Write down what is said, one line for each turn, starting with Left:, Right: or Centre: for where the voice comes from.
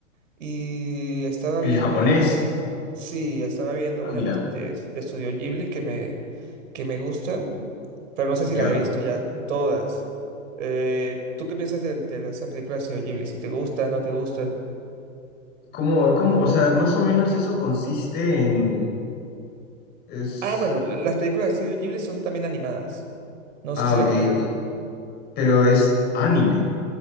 Right: Y estaba
Left: El
Right: viendo,
Left: japonés.
Right: sí, estaba viendo
Left: Ah,
Right: unas
Left: mira,
Right: este, de Estudio Ghibli que me, que me gustan pero no sé si
Left: ya.
Right: las he visto ya todas. Eh, ¿tú qué piensas de, de esas películas de Studio Ghibli? Si te gustan, no te gustan.
Left: ¿Cómo, cómo, o sea, más o menos eso consiste en... Es...
Right: Ah, bueno, la- las películas de Studio Ghibli son también animadas. No
Left: Ah,
Right: sé si
Left: ok,
Right: las conoces.
Left: ok. Pero es anime.